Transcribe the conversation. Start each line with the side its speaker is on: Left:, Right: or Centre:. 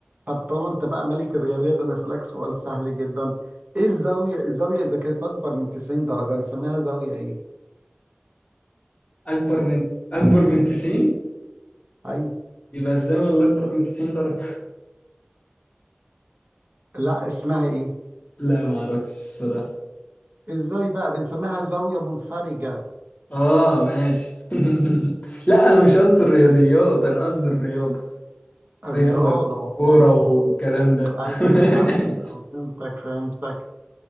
Right: طب طالما انت بقى ملك الرياضيات انا اسالك سؤال سهل جدا ايه الزاويه الزاويه اذا كانت اكبر من 90 درجه نسميها زاويه ايه
Left: أكبر من أكبر من 90
Right: ايوه
Left: يبقى الزمن اللي أكبر من 90 درجة
Right: لا اسمها ايه
Left: لا ما أعرفش الصراحة
Right: ازاي بقى بنسميها زاويه منفرجه
Left: آه ماشي <laughs> لا أنا مش قصدي الرياضيات أنا قصدي الرياضة
Right: الرياضة
Left: رياضة كورة
Right: اه
Left: والكلام ده
Right: ايوه ايوه فهمتك
Left: <laughs>
Right: آه، فهمتك فهمتك